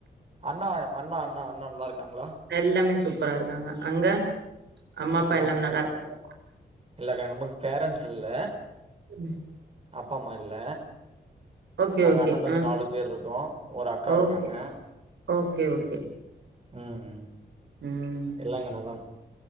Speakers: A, on the right; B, on the right.
A: அண்ணா அண்ணா அண்ணா அண்ண நல்லாருக்காங்களா
B: எல்லாமே சூப்பரா இருக்காங்க அங்க அம்மா அப்பா
A: எல்லாம்
B: எல்லாமே
A: நல்லா
B: நல்லாருக்
A: இருக்காங்க இல்லக்கா நமக்கு பேரண்ட்ஸ் இல்ல
B: ம்
A: அப்பாம்மா இல்ல
B: ஓகே
A: நாங்க
B: ஓகே
A: அண்ணந்தம்பி
B: ஆ
A: நாலு பேர் இருக்கோ ஒரு அக்கா இருக்காங்க
B: ஓகே ஓகே ஓகே
A: ம் ம்
B: ம்
A: எல்லா இங்க நலம்